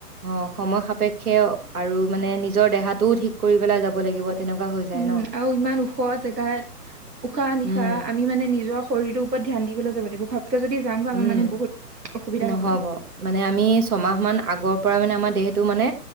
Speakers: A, on the right; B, on the right.
A: অহ সময় সাপেক্ষে আৰু মানে নিজৰ দেহাটোও ঠিক কৰি পেলাই যাব লাগিব। তেনেকুৱা হৈ যায়
B: উম।
A: ন
B: আৰু ইমান ওখ জেগাত উশাহ নিশাহ
A: উম
B: আমি মানে নিজৰ শৰীৰটোৰ ওপৰত ধ্যান দিবলৈ যাব লাগিব। কৈ যদি যাওঁগৈ আমাৰ
A: উম
B: মানে বহুত অসুবিধা
A: নহব
B: হ'ব
A: মানে আমি ছমাহ মান আগৰ পৰা মানে আমাৰ দেহটো মানে